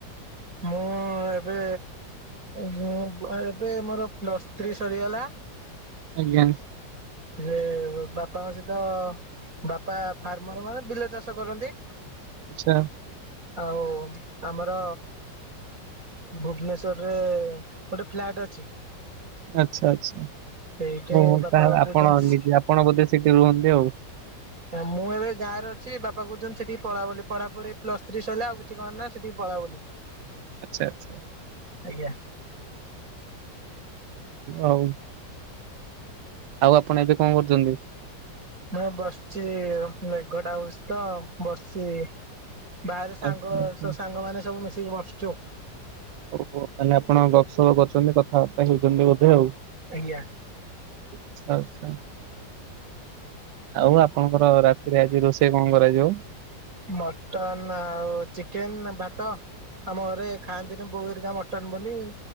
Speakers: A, on the right (about 50°); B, on the right (about 80°).
A: ମୁଁ ଏବେ ମୁଁ ଏବେ ମୋର ପ୍ଲସ୍ ଥ୍ରୀ ସରିଗଲା।
B: ଆଜ୍ଞା।
A: ଯେ ବାପାଙ୍କ ସହିତ ବାପା ଫାର୍ମର ମାନେ ବିଲ ଚାଷ କରନ୍ତି।
B: ଆଚ୍ଛା।
A: ଆଉ ଆମର ଭୁବନେଶ୍ଵରରେ ଗୋଟେ ଫ୍ଲାଟ ଅଛି।
B: ଆଚ୍ଛା ଆଚ୍ଛା
A: ସେଇଠି
B: ଓହୋ
A: ବାପା
B: ତାହଲେ
A: କହୁଛନ୍ତି
B: ଆପଣ ନିଜେ ଆପଣ ବୋଧେ ସେଠି ରୁହନ୍ତି ଆଉ।
A: ମୁଁ ଏବେ ଗାଁରେ ଅଛି ବାପା କହୁଛନ୍ତି ସେଠିକି ପଳା ବୋଲି ପଢ଼ା ପଢ଼ି ପ୍ଲ ଥ୍ରୀ ସରିଲା ଆଉ କିଛି କରନା ସେଠିକି ପଳା ବୋଲି। <inaudible>
B: ଆଚ୍ଛା ଆଚ୍ଛା।
A: ଆଜ୍ଞା।
B: ଆଉ ଆପଣ ଏବେ କଣ କରୁଛନ୍ତି?
A: ମୁଁ ବସିଛି ମେଘ ଟା ହଉଛି ତ ବସିଚି। ବାହାରେ ସାଙ୍ଗ
B: ଆଚ୍ଛା ଆଚ୍ଛା।
A: ସବୁ ସାଙ୍ଗମାନେ ସବୁ ମିସେଇକି ବସିଛୁ ଆଉ।
B: ହଉ ହଉ ତାହଲେ ଆପଣ ଗପସପ କରୁଛନ୍ତି କଥାବାର୍ତ୍ତା ହେଉଛନ୍ତି ବୋଧେ ଆଉ
A: ଆଜ୍ଞା।
B: ଆଚ୍ଛା ଆଚ୍ଛା। ଆଉ ଆପଣଙ୍କର ରାତିରେ ଆଜି ରୋଷେଇ କଣ କରାଯିବ?
A: ମଟନ୍ ଆଉ ଚିକେନ୍ ଭାତ ଆମ ଘରେ ଖାଆନ୍ତିନି ବୋଉ ହେରିକା ମ ଟନ୍ ବୋଲି